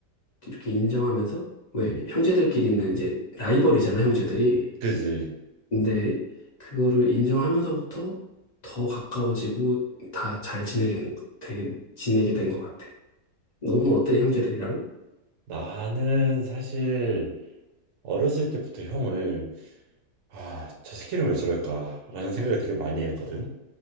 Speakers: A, on the left; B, on the right.
A: 이렇게 인정하면서 왜
B: 응.
A: 형제들끼리는 이제 라이벌이잖아, 형제들이.
B: 그지?
A: 근데 그거를 인정하면서부터 더 가까워지고 다 잘 지내게 된, 되- 지내게 된 것 같아. 너는 어때, 형제들이랑?
B: 나는 사실 어렸을 때부터 형을 아, 저 새끼는 왜 저럴까라는 생각을 되게 많이 했거든.